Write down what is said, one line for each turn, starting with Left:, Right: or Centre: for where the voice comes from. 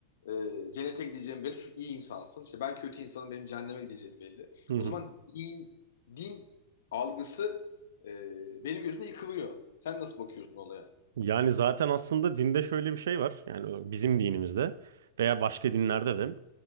Left: e, cennete gideceğim belli çünkü iyi insansın. İşte ben kötü insanım benim cehenneme gideceğim belli.
Right: hı
Left: O
Right: hı.
Left: zaman din, din algısı e, benim gözümde yıkılıyor. Sen nasıl bakıyorsun olaya?
Right: Yani zaten aslında dinde şöyle bir şey var. Yani bizim dinimizde veya başka dinlerde de. Yani